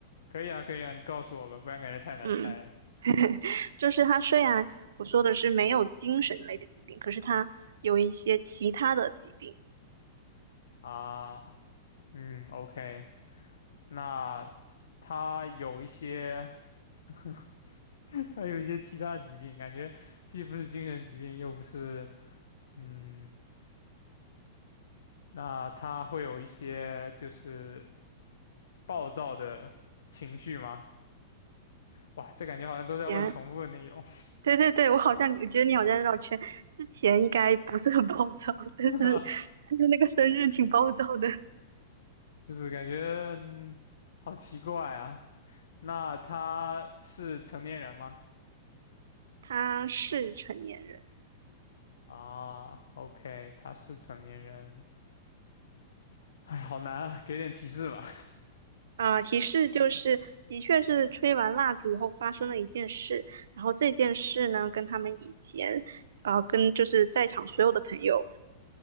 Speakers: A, on the left (about 75°); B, on the right (about 75°).
A: 可以啊，可以啊，你告诉我吧，不然感觉太难猜了
B: 嗯。<laughs> 就是他虽然我说的是没有精神类的疾病，可是他有一些其他的疾病，
A: 啊，嗯，OK。那他有一些，<laughs> 他有一些其他疾病，感觉既不是精神疾病，又不是，嗯，那他会有一些就是暴躁的情绪吗？哇，这感觉好像都在问重复的内容，
B: 前，对对对，我好像觉得你好像绕圈，之前应该不是很暴躁，但是但是那个生日挺暴躁的。
A: <laughs> 就是感觉，嗯好奇怪啊。那他是成年人吗？
B: 他是成年人。
A: 啊，OK，他是成年人。哎，好难啊，给点提示吧。
B: 啊、提示就是，的确是吹完蜡烛以后发生了一件事，然后这件事呢，跟他们以前，呃，跟就是在场所有的朋友，